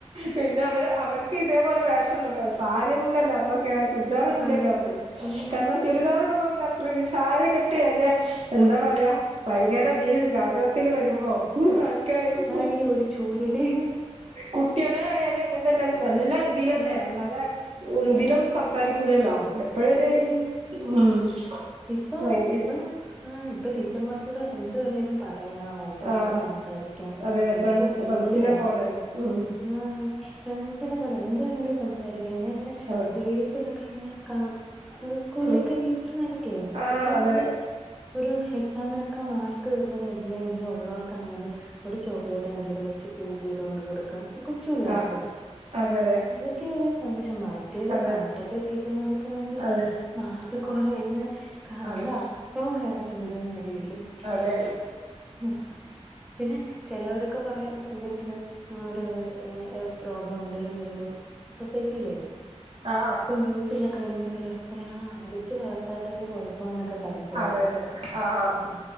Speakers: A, on the right; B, in the centre.
A: പിന്നെ അവര് അവർക്ക് ഇതേപോലെ വേഷംന്നല്ല സാരിയന്നല്ലേ അന്ന് ചുരിദാറ ഇട്ല്ലല്ലോ
B: അന്നൊക്കെ
A: അന്ന്
B: ഉം
A: കാരണം ചുരിദാർടുമ്പന്ന സാരി കിട്ടിയല്ലേ എന്താ പറയാ ഭയങ്കര
B: ഉം
A: ഗൗരവത്തിൽ വരുമ്പോ ആർക്കയാലും
B: ഇതേ ഒരു ചൂരല്.
A: കുട്ടികളെ ആയാലും ഇങ്ങനെ തന്നെ നല്ല രീതിയിൽ അല്ലേ
B: ഉം
A: അല്ലാതെ. ഇതിലും സംസാരിക്കൂലല്ലോ എപ്പോഴരു
B: ഇല്ല
A: എപ്പോഴേ
B: ഇല്ല
A: ഒരു ഉം.
B: ഇപ്പൊ
A: ഭയങ്കര
B: ഇപ്പൊ ആഹ് ഇപ്പൊ ടീച്ചർമാരെ ടെ എന്ത് വേണലും പറയാം ഓപ്പൺ
A: ആഹ്
B: ആയിട്ട് സംസാരിക്കാം
A: അതെ
B: ഭയങ്കര
A: ഫ്ര
B: ഫ്രണ്ട്‌ലിയാ.
A: ഫ്രണ്ട്സിനെ പോലെയാണ് ഉം
B: ആഹ് ഫ്രണ്ട്സിനെ പോലെ എന്ത് വേണേലും സംസാരിക്കാം ഞാൻ ഇങ്ങനെ.
A: ആഹ്
B: റീൽസ് ഒക്കെ ഇങ്ങനെ കാണും, ഒരു സ്കൂളിലൊക്കെ
A: ഉം
B: ടീച്ചർമാരെയൊക്കെ
A: ആഹ്
B: എന്ത്.
A: അതെ
B: ഒരു എക്സാമിനൊക്കെ മാർക്ക് ഇങ്ങനെ ഇല്ലെങ്കിലും ഉള്ളവർക്ക് ആണേലും. ഒരു ചോക്ലേറ്റ് അന്റെ കൂടെ വെച്ച് പിൻ ചെയ്തുകൊണ്ട് കൊടുക്കും, കൊച്ചു പിള്ളേർക്ക്
A: ആഹ്
B: അതു.
A: അതെ
B: മാറ്റിയ ഒരു സന്തോഷം മറ്റേത്
A: അതെ
B: പണ്ടത്തെ ടീച്ചർമാരൊക്കെ ആണെങ്കിൽ
A: അതെ
B: മാർക്ക് കുറയുന്ന. കണ്ട
A: അതെ
B: അപ്പൊ ഏഹ് ചൂരലിന് അടിവീഴും.
A: അതെ
B: ഉം പിന്നെ ചെലവരൊക്കെ പറയും എന്തെങ്കിലും. ഒരു കാര്യം ഏഹ് ഏഹ് പ്രോബ്ലം എന്തേലും വരുമ്പോ സൊസൈറ്റി ഇല്ലേ.
A: ആഹ്
B: ന്യൂസിൽ ഒക്കെ വരുമ്പോൾ ചിലരൊക്കെ പറയാം അടിച്ചു വളർത്താത്തതിന്റെ കുഴ പ്പനൊക്കെ പറയും ചെലോര്
A: ആഹ് അതെ അതെ ആഹ് ആഹ്
B: ഉം.